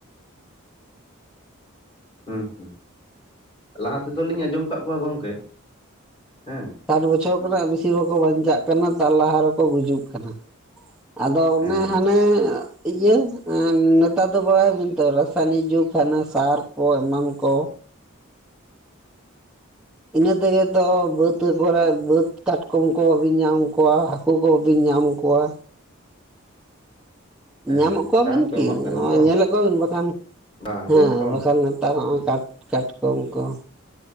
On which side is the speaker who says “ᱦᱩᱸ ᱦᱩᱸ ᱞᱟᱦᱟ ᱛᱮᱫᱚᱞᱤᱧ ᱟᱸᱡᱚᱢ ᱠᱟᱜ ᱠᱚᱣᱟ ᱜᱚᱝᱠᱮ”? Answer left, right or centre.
Left